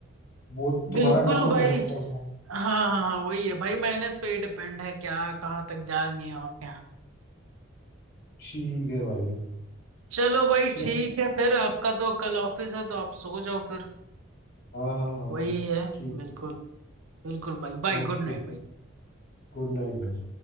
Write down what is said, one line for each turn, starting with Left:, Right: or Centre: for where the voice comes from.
Left: वो तुम्हारा
Right: बिल्कुल
Left: काम तो
Right: भाई
Left: मेहनत करना है
Right: हाँ हाँ हाँ, वही है भाई मेहनत पे ही डिपेंड है क्या कहाँ तक जाएंगे और क्या
Left: ठीक है भाई
Right: चलो भाई
Left: चलो
Right: ठीक है फिर आपका तो कल ऑफिस है तो आप सो जाओ फिर
Left: हाँ हाँ हाँ
Right: वही
Left: हाँ
Right: है
Left: ठीक
Right: बिल्कुल
Left: है
Right: बिल्कुल भाई बाय
Left: ओके
Right: गुड नाइट भाई
Left: गुड नाइट भाई